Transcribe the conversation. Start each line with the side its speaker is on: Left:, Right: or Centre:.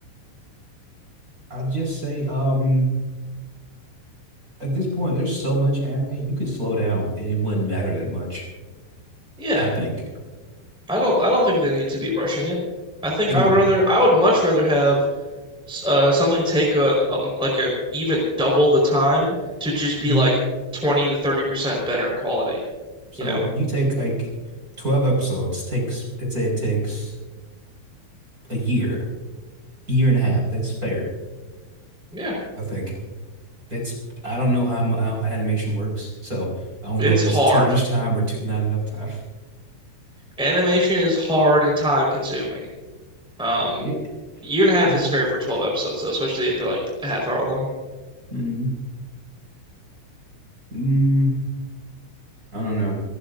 Right: I just say, um, at this point, there's so much anime, you could slow down and it wouldn't matter that much,
Centre: Yeah,
Right: I think.
Centre: I don't I don't think they need to be rushing it. I think
Right: No.
Centre: I would rather I would much rather have uh something take a, um like a even double the time to just be
Right: hmm
Centre: like 20 to 30% better in quality,
Right: So
Centre: you know?
Right: if you take like 12 episodes, takes, let's say it takes a year, year and a half. That's fair,
Centre: Yeah,
Right: I think. That's, I don't know how, mu- how animation works, so I don't
Centre: it's
Right: know if that's
Centre: hard.
Right: too much time or too, not enough time.
Centre: Animation is hard and time consuming. Um,
Right: Yeah.
Centre: year and a half
Right: I
Centre: is fair for 12 episodes though, especially if they're like a half hour long.
Right: hmm Mm, I don't know.